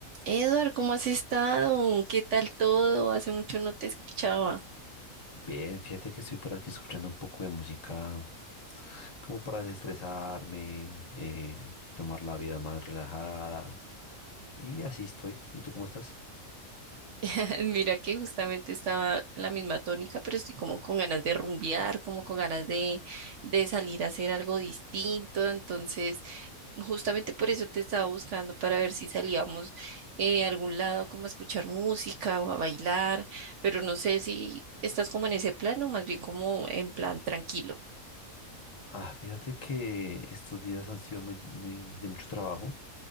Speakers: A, on the right; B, on the left.
A: Edward, ¿cómo has estado? ¿Qué tal todo? Hace mucho no te escuchaba.
B: Bien, fíjate que estoy por aquí escuchando un poco de música como para desestresarme, eh, tomar la vida más relajada y así estoy. ¿Y tú cómo estás?
A: <laughs> Mira que justamente estaba en la misma tónica, pero estoy como con ganas de rumbear, como con ganas de, de salir a hacer algo distinto. Entonces, justamente por eso te estaba buscando para ver si salíamos eh, a algún lado, como a escuchar música o a bailar, pero no sé si estás como en ese plan o más bien como en plan tranquilo.
B: Ah, fíjate que estos días han sido muy, muy de mucho trabajo,